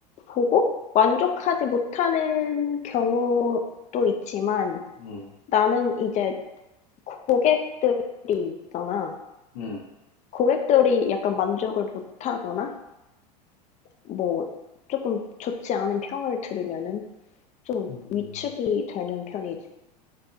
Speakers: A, on the left (about 35°); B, on the left (about 65°).
A: 보고 만족하지 못하는 경우도 있지만
B: 음,
A: 나는 이제 고객들이 있잖아.
B: 음,
A: 고객들이 약간 만족을 못하거나 뭐 조금 좋지 않은 평을 들으면은 좀
B: 음,
A: 위축이 되는 편이지.